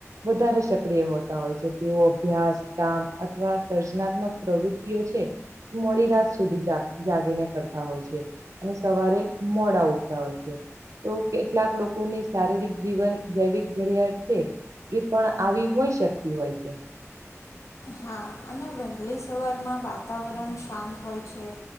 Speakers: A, on the right; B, on the left.
A: વધારે સક્રિય હોતા હોય છે તેઓ અભ્યાસ કામ અથવા સર્જનાત્મક પ્રવૃત્તિઓ છે.. મોડી રાત સુધી જાગીને કરતા હોય છે. અને સવારે મોડા ઉઠતા હોય છે. તો કેટલાક લોકોની શારીરિક જીવન જૈવિક ઘડિયાળ છે. એ પણ આવી હોય શકતી હોય છે.
B: હા, અને વહેલી સવારમાં વાતાવરણ શાંત હોય છે.